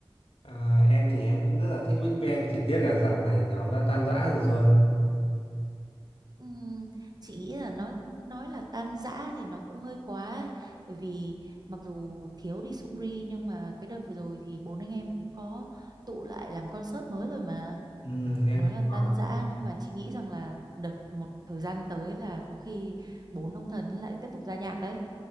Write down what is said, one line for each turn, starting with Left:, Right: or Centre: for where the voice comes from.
Left: À, em thì em cũng rất là thích Big Bang, chỉ tiếc là dạo này nhóm đã tan rã rồi thôi.
Right: Ừm, chị nghĩ là nó nói là tan rã thì nó cũng hơi quá ấy. Bởi vì mặc dù thiếu đi Sungri nhưng mà cái đợt vừa rồi thì bốn anh em cũng có tụ lại làm concert mới rồi mà
Left: Ừ, em
Right: nói
Left: cũng
Right: là tan
Left: có.
Right: rã nhưng mà chị nghĩ rằng là đợt một thời gian tới là có khi bốn ông thần lại tiếp tục ra nhạc đấy